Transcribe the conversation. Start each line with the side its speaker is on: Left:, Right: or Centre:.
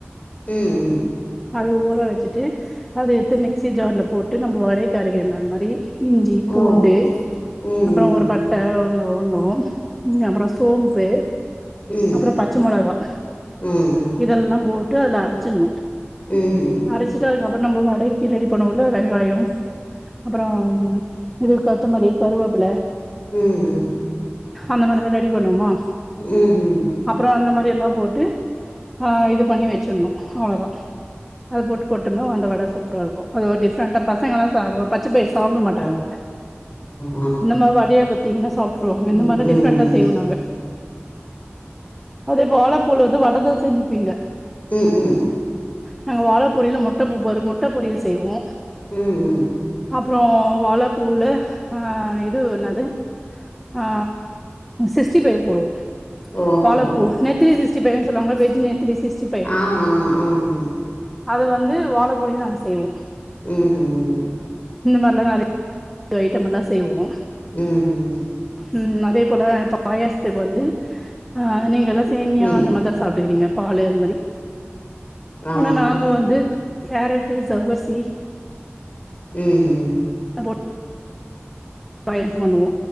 Left: ம் ம்
Centre: அது ஊற வச்சிட்டு அது எடுத்து மிக்சி ஜார்ல போட்டு நம்ம வடைக்கு அரைக்கற மாரி இஞ்சி பூண்டு
Left: ஓ ம்
Centre: அப்றோ
Left: ம்
Centre: ஒரு பட்ட ஒரு லவங்கோ ம் அப்றோ சோம்பு
Left: ம்
Centre: அப்றோ பச்ச மெளகா
Left: ம் ம்
Centre: இதெல்லா போட்டு அதுல அரச்டணு
Left: ம் ம்
Centre: அரச்சிட்டு அதுக்கப்றோ நம்ப‌ வடைக்கு ரெடி பண்ணுவோல வெங்காயோ அப்றோம் இது கொத்தமல்லி கருவேப்ல
Left: ம் ம்
Centre: அந்த மாதிரிதா ரெடி பண்வோமா
Left: ம் ம்
Centre: அப்றோ அந்த மாதிரி எல்லா போட்டு ஆ இது பண்ணி வச்டணு அவ்ளோதா அத போட்டு போட்டணா அந்த வடை சூப்பரா இருக்கு அது ஒரு டிஃப்ரெண்டா பசங்களல்லா சாப் பச்ச பயிறு சாப்பட மாட்டாங்க
Left: ஆமா.
Centre: இந்த மா வடையா கொத்திங்கன்னா சாப்பிட்டுருவாங்க
Left: ம்,
Centre: இந்த மாரிலா
Left: ம்ஹ்ம்.
Centre: டிஃப்ரெண்டா செய்வோ நாங்க அதே போலப்பூல வந்து வடதா செஞ்சுக்குவீங்க
Left: ம் ம்
Centre: நாங்க வாழ பொரியில மொட்ட பூ பாரு மொட்ட பொரியல் செய்வோ
Left: ம் ம்
Centre: அப்புறோ வாழப்பூல ஆ இது என்னாது ஆ சிக்ஸ்டி ஃபைவ் போடுவோ
Left: ஓஹோ!
Centre: வாழ பூ நெத்திலி சிக்ஸ்டி ஃபைவ்னு சொல்லுவாங்க வெஜ் நெத்திலி சிக்ஸ்டி ஃபைவ்
Left: ஆமாமா. ம்,
Centre: அது வந்து வாழ பொடிய நாங்க செய்வோ
Left: ம் ம் ம்
Centre: இந்த மார்லா நெறைய் ஐட்டம் எல்லா செய்வோ
Left: ம் ம்
Centre: ம் அதே போல பாயசத்துக்கு வந்து அ நீங் எல சேமியா
Left: ம்.
Centre: அந்த மாதா சாப்ட்டுக்கிறீங்க பாலு அந்த மாரி
Left: ஆமாமா.
Centre: ஆனா நாங்க வந்து கேரட்டு ஜவ்வர்சி
Left: ம் ம்
Centre: அ போ பாயாசோ பண்ணுவோ